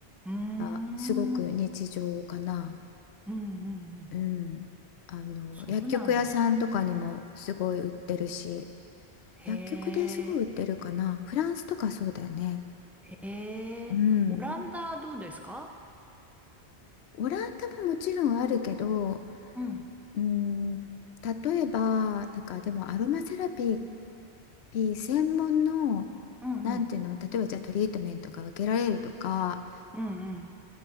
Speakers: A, in the centre; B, on the left (about 75°).
A: ーん、
B: あ、すごく日常かな。
A: うん、うん、うん。
B: うん。あの、
A: そうなんです。
B: 薬局屋さんとかにもすごい売ってるし、
A: へえ、
B: 薬局ですごい売ってるかな。フランスとかそうだよね。
A: へえ、
B: うん。
A: オランダどうですか
B: オランダももちろんあるけど、
A: うん、
B: うん、例えば、なんかでもアロマセラピー、ピー専門の、
A: うん、
B: なんていうの、
A: うん、
B: 例えばじゃあトリートメントが受けられるとか、
A: うん、